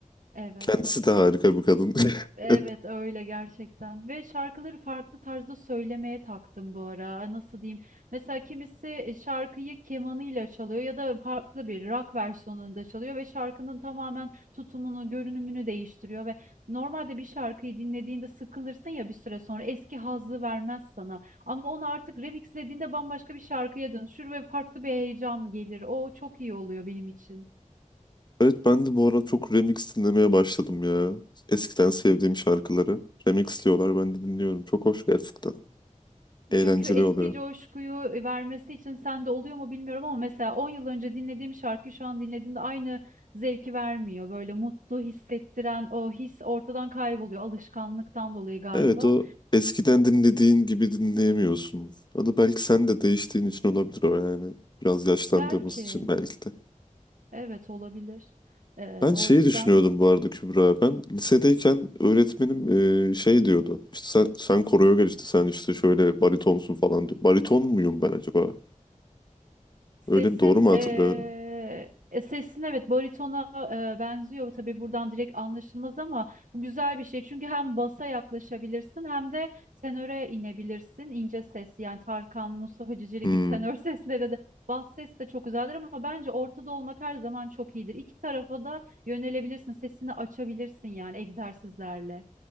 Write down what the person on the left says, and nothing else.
Kendisi de harika bir kadın.
<laughs>
Evet ben de bu ara çok remix dinlemeye başladım ya. Eskiden sevdiğim şarkıları remixliyorlar ben de dinliyorum. Çok hoş gerçekten. Eğlenceli
oluyor.
Evet o eskiden dinlediğin gibi dinleyemiyorsun. Onu belki sen de değiştiğin için olabilir o yani. Biraz yaşlandığımız
için belki de.
Ben
şeyi
düşünüyordum bu arada Kübra. Ben lisedeyken öğretmenim e, şey diyordu. İşte sen, sen koroya gel işte sen işte şöyle baritonsun falan diyor. Bariton muyum ben acaba?
Öyle mi doğru mu
hatırlıyorum?
Hmm.